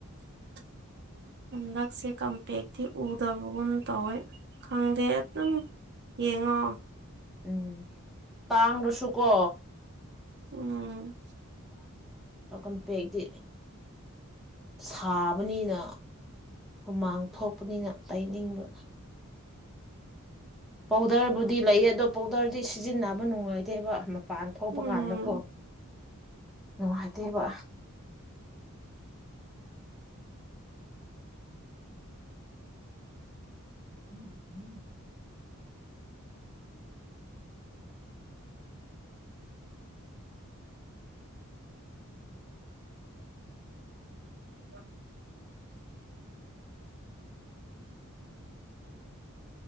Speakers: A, on the right; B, in the centre.
A: <inaudible> ꯍꯟꯗꯛꯁꯦ ꯀꯝꯄꯦꯛꯇꯤ ꯎꯗꯕꯒꯨꯝ ꯇꯧꯋꯦ ꯈꯪꯗꯦ ꯑꯗꯨꯝ ꯌꯦꯡꯉꯣ
B: ꯎꯝ ꯇꯥꯡꯗꯔ ꯁꯨꯨꯀꯣ
A: ꯎꯝ
B: ꯀꯝꯄꯦꯛꯇꯤ ꯁꯥꯕꯅꯤꯅ ꯍꯨꯃꯥꯡ ꯊꯣꯛꯄꯅꯤꯅ ꯇꯩꯅꯤꯡꯕ ꯄꯥꯎꯗꯔꯕꯨꯗꯤ ꯂꯩꯌꯦ ꯑꯗꯣ ꯄꯥꯎꯗꯔꯗꯤ ꯁꯤꯖꯤꯟꯅꯕ ꯅꯨꯡꯉꯥꯏꯇꯦ ꯍꯥꯏꯕ ꯃꯄꯥꯟ ꯊꯣꯛꯄ
A: ꯎꯝ
B: ꯀꯥꯟꯗꯀꯣ ꯅꯨꯡꯉꯥꯏꯇꯦꯕ ꯎꯝ ꯎꯝ
A: <inaudible>